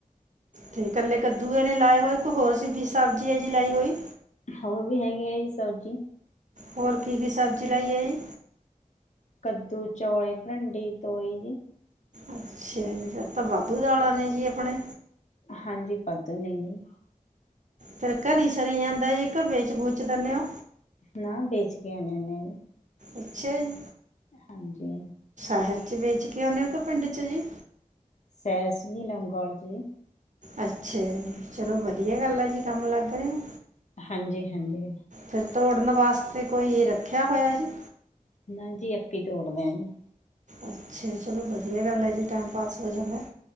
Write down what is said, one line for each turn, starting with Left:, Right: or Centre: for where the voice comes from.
Right: ਤੇ ਕੱਲੇ ਕੱਦੂ ਇਹ ਨੇੇ ਲਾਏ ਹੋਏ ਕੋ ਹੋਰ ਸੀ ਸਬਜ਼ੀ ਜਹੀ ਲਾਈ ਹੋਈ।
Left: ਹੋਰ ਵੀ ਹੈਗੇ ਆ ਜੀ ਸਬਜੀ,
Right: ਹੋਰ ਕੀ ਕੀ ਸਬਜ਼ੀ ਲਾਈ ਆ ਜੀ,
Left: ਕੱਦੂ ਚੌਲੇ ਭਰੀਡੀ ਤੋਰੀ ਜੀ,
Right: ਅੱਛਾ ਜੀ ਤਾਂ ਵਾਧੂ ਦਾਲਾਂ ਨੇ ਜੀ ਆਪਣੇ,
Left: ਹਾਂਜੀ ਵਦੂ ਨੇ ਜੀ,
Right: ਫੇਰ ਘਰੀ ਸਰੀ ਜਾਂਦਾ ਜੇ ਵੇਚ ਵੂਚ ਦਿੰਦੇ ਹੋ।
Left: ਨਾ ਵੇਚ ਕੇ ਆਣੇ ਉਹਨੇ ਵੀ,
Right: ਅੱਛਾ ਜੀ,
Left: ਹਾਂਜੀ,
Right: ਸ਼ਹਿਰ ਚ ਵੇਚ ਕੇ ਆਉਨੇ ਪਿੰਡ ਚ ਜੀ,
Left: ਸਹਿਰ ਚ ਲੋਗੋਆਲ ਜੀ,
Right: ਅੱਛਾ ਜੀ ਚਲੋ ਵਧੀਆ ਗੱਲ ਆ ਜੀ ਕੰਮ ਲੱਗ ਰਹੇ ਹੋ।
Left: ਹਾਂਜੀ ਹਾਂਜੀ,
Right: ਫਿਰ ਤੋੜਨ ਵਾਸਤੇ ਕੋਈ ਰੱਖਿਆ ਹੋਇਆ ਜੀ।
Left: ਨਾ ਜੀ ਆਪੇ ਤੋੜਦੇ ਜੀ,
Right: ਅੱਛਾ ਚਲੋ ਵਧੀਆ ਗੱਲ ਹੈ, ਜੀ ਟਾਈਮ ਪਾਸ ਹੋ ਜਾਂਦਾ।